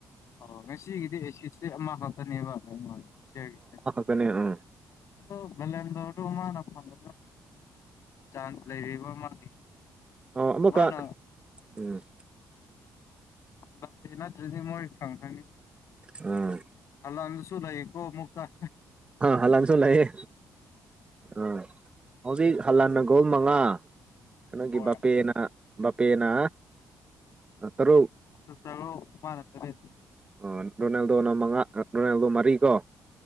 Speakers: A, on the left; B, on the right.
A: ꯑꯣ ꯉꯁꯤꯒꯤꯗꯤ ꯑꯦꯁꯤꯁꯇꯤ ꯑꯃ ꯈꯛꯇꯅꯦꯕ <unintelligible> ꯑꯦꯁꯤꯌꯥꯒꯤ
B: ꯇꯅꯦ ꯑ
A: ꯑꯣ ꯒꯂꯦꯗꯣꯔꯗꯣ ꯃꯥꯅ ꯐꯪꯒꯗ꯭ꯔꯣ ꯍ ꯆꯥꯟꯁ ꯂꯩꯕꯤꯕ ꯃꯥꯒꯤ
B: ꯑ ꯑꯃꯨꯛꯀ
A: ꯃꯥꯅ
B: ꯎꯝ
A: ꯍꯟꯗꯛꯇꯤ ꯅꯠꯇ꯭ꯔꯗꯤ ꯃꯣꯏ ꯐꯪꯍꯟꯅꯤ
B: ꯑ
A: ꯍꯜꯂꯥꯟꯗꯁꯨꯨ ꯂꯩꯀꯣ ꯃꯨꯀꯥ
B: ꯑ ꯍꯜꯂꯥꯟꯁꯨ ꯂꯩꯌꯦ ꯑꯥ ꯍꯧꯖꯤꯛ ꯍꯜꯂꯟꯅ ꯒꯣꯜ ꯃꯉꯥ ꯀꯩꯅꯣꯒꯤ
A: ꯍꯣꯏ
B: ꯕꯥꯄꯦꯅ ꯃꯄꯦꯅ ꯇꯔꯨꯛ
A: ꯁꯨ ꯇꯔꯨꯛ ꯃꯥꯅ ꯇꯔꯦꯠ
B: ꯑ ꯔꯣꯅꯥꯜꯗꯣ ꯅ ꯃꯉꯥ ꯔꯣꯅꯥꯜꯗꯣ ꯃꯔꯤ ꯀꯣ